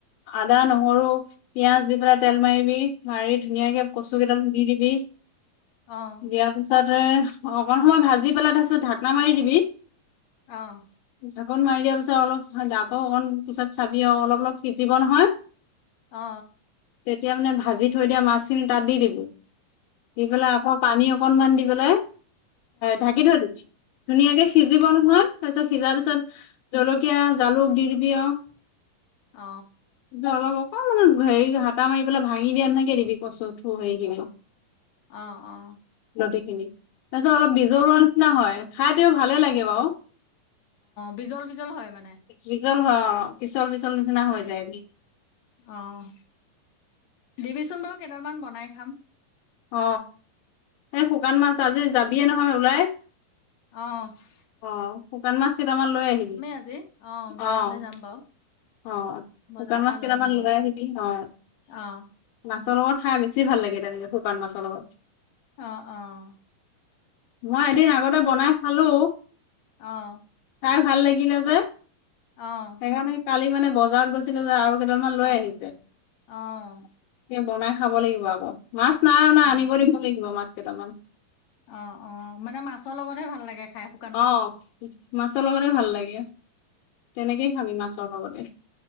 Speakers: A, on the left; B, on the left.
A: আদা, নহৰু, পিয়াজ দি পেলাই তেল মাৰিবি। মাৰি ধুনীয়াকে কচু কেইডাল দি দিবি।
B: অ'।
A: দিয়াৰ পিছতে, অকণ সময় ভাজি পেলাই তাৰপিছত ঢাকনা মাৰি দিবি।
B: অ'।
A: ঢাকোন মাৰি দিয়া পিছত অলপ <unintelligible> অ অকণ পিছত চাবি আৰু অলপ অলপ সিজিব নহয়
B: অ
A: তেতিয়া মানে ভাজি থৈ দিয়া মাছখিনি তাত দি দিব দি পেলাই অ পানী অকনমান দি পেলাই ঢাকি থৈ দিবি ধুনীয়াকে সিজিব নহয় তাৰপিছত সিজাৰ পিছত জলকীয়া জালুক দি দিবি আৰু
B: অ
A: অলপ অকণমান হেৰি হাতা মাৰি পেলাই ভাঙি দিয়া নিচিনাকে দিবি কচু থু হেৰি খিনি <unintelligible>
B: অ অ
A: নদী খিনি তাৰপিছত অলপ বীজলোৱা নিচিনা হয় খাই তেওঁ ভালেই লাগে বাউ
B: বিজল বিজল হয় মানে
A: পিচল হয় অ পিছল পিছল নিচিনা হৈ যায়গে
B: অঁ দিবিচোন বাৰু কেইডালমান বনাই খাম
A: অ সেই শুকান মাছ আজি যাবিয়ে নহয় ওলাই
B: অঁ',
A: অ', শুকান মাছ কেইটামান লৈ আহিবি
B: আজি বজাৰলৈ
A: অ',
B: যাম বাৰু
A: অ',
B: বজাৰৰ
A: শুকান
B: পৰা
A: মাছ কেইটামান
B: আহিম
A: লৈ
B: বাৰু
A: আহিবি অ',
B: অ',
A: মাছৰ লগত খাই বেছি ভাল লাগে তেনেকে শুকান মাছৰ লগত।
B: অ', অ',
A: মই এদিন আগতে বনাই খালোঁ।
B: অ',
A: খাই ভাল লাগিলে যে।
B: অ',
A: সেইকাৰণে কালি মানে বজাৰত গৈছিলে যে আৰু কেইদালমান লৈ
B: অ',
A: আহিছে। সেই
B: অ',
A: বনাই খাব লাগিব আকৌ মাছ নাই অনা
B: অ',
A: আনিব দিব লাগিব মাছ কেইটামান।
B: অ', অ', মানে মাছৰ লগতহে ভাল লাগে খাই শুক
A: অ', মাছৰ লগতে ভাল লাগে তেনেকেই খাবি মাছৰ লগতে।